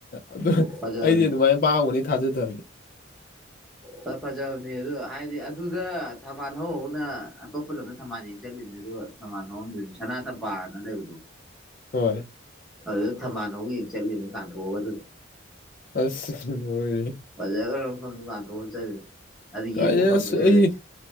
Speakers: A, on the left; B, in the centre.
A: ꯑꯗꯨ
B: ꯐꯖꯕꯅꯦ
A: ꯑꯩꯗꯤ ꯑꯗꯨꯃꯥꯏꯅ <unintelligible>
B: ꯍ ꯐꯖꯕꯅꯦ ꯑꯗꯨ ꯍꯥꯏꯗꯤ ꯑꯗꯨꯗ ꯊꯝꯕꯥꯜ ꯍꯧꯅ ꯑꯇꯣꯞꯄ ꯂꯝꯗ ꯊꯝꯕꯥꯜ ꯌꯦꯡ ꯆꯠꯂꯤꯕꯅꯦ ꯑꯗꯨꯒ ꯁꯃꯥꯟ ꯍꯧꯔꯝꯗꯣꯏꯅꯤ ꯁꯅꯥ ꯇꯝꯄꯥꯅ ꯂꯩꯕꯗꯣ
A: ꯍꯣꯏ
B: ꯑꯗꯨꯗ ꯊꯝꯕꯥꯥꯟ ꯍꯧꯨꯛ ꯌꯦꯡ ꯆꯠꯂꯤꯅꯤ ꯇꯥꯟꯊꯣꯛꯑꯒ ꯑꯗꯨꯗꯤ
A: ꯑꯁ ꯍꯣꯏꯔꯤ
B: ꯐꯖ ꯃꯐꯝ ꯅꯨꯡꯀꯥꯟ ꯊꯣꯛꯑ ꯑꯗꯨ
A: ꯀꯥꯏ
B: ꯌꯦꯡꯕ ꯐꯪꯗꯣꯏ
A: ꯑꯁ ꯑꯩ
B: ꯍꯂꯛꯏ